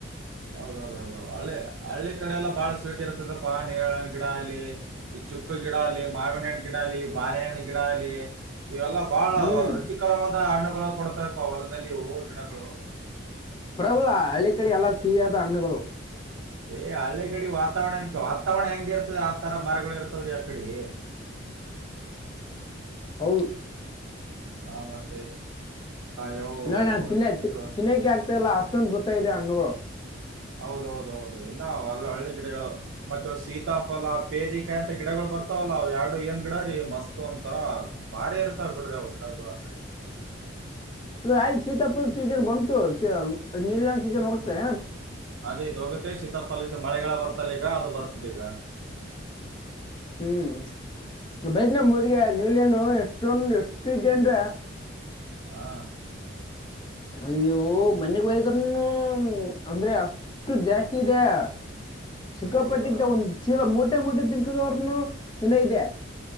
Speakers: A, on the right (about 85°); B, on the left (about 25°).
A: ಹೌದೌದ ಹೌದ ಹಳ್ಳಿ ಹಳ್ಳಿ ಕಡೆ ಎಲ್ಲ ಬಾಳ ಸ್ವೀಟ್ ಇರ್ತದಪ್ಪ ನೀರ ಗಿಡ ಅಲ್ಲಿ ಈ ಚುಕ್ಕ ಗಿಡಲ್ಲ ಮಾವಿಣ ಗಿಡಾಲ ಬಾರಣ ಗಿಡಲ್ಲಿ ಇವೆಲ್ಲ ಬಾಳ
B: ಹ್ಮ್
A: ರುಚಿಕರವಾದ ಹಣ್ಣುಗಳು ಕೊಡ್ತಾಪಾ ಹೊಲದಲ್ಲಿ ಹೂವು ಗಿಡಗಳು
B: ಪ್ರಬಲ ಹಳ್ಳಿ ಕಡೆ ಎಲ್ಲಾ ಸಿಹಿಯಾದ ಹಣ್ಣುಗಳು
A: ಹ ಹಳ್ಳಿಗಡಿ ವಾತಾವರಣ ವಾತಾವರಣ ಹೆಂಗ ಇರ್ತದೆ ಆತರ ಮರಗಳು ಇರ್ತವ್ರೀ ಆಕಡೆ <inaudible>
B: ಹೌ
A: ಹಾ ಮತ್ತ ಯಾವ
B: ನೋಡ ತಿನ್ನ
A: ಇದು
B: ತಿನ್ನೋಕೆ ಆಗ್ತಾ ಇಲ್ಲ ಅಷ್ಟೊಂದು ಬತ ಇದೆ ಹಣ್ಣುಗಳು
A: ಹೌದ ಹೌದ ಹೌದು ಎಲ್ಲ ಹ ಹಳ್ಳಿ ಗಿಡಗಳು ಮತ್ತೆ ಸೀತಾಫಲ ಪೇರಿಕಾಯಿ ಅಂತ ಗಿಡಗಳು ಬರ್ತಾವಲ್ಲ ಅವ್ ಎರಡು ಏನ್ ಗಿಡ್ರೀ ಮಸ್ತ್ ಅಂತರ ಬಾರಿ ಇರ್ತಾವ ಗಡ್ರಿ ಅವ ಗಿಡಗಳ ಆ ಕಡೆ <inaudible>
B: ಇ ಆಯ್ತು ಸೀತಾಪಲ್ ಸೀಸನ್ ಬಂತು ನೀಲ್ಯನ್ ಸೀಸನ್ ಹೋಗ್ತೇ
A: ಅದೇ ಇದ ಹೋಗುತ್ತೆ ಶೀತಾಫಲಲ್ಸ ಮಳೆಗಳ ಬರ್ತಲ್ಲ ಈಗ ಅದು ಬರ್ತದೆೀಗ
B: ಹ್ಮ್ ಬೈತ್ ನ ಊರ್ರಿಗೆ ನೀಲನು ಎಷ್ಟೊಂದು ಎಷ್ಟು ಇದ್ದನ್
A: ಹಾ
B: ಅಯ್ಯೋ ಮನೆಗ್ ಒಯದ್ರನು ಅಂದ್ರೆ ಎಷ್ಟು ಜಾಸ್ತಿ ಇದದೆೆಯ ಸಿುಕ್ಕಪಟ್ಟಿದ್ದ
A: ಹೌದಾ
B: ಒಂದ್ ಚೀಲ ಮೂೋಟೆ ಮೋಟೆ ತಂಕದವ್ರನು ಿನ ಇದೆ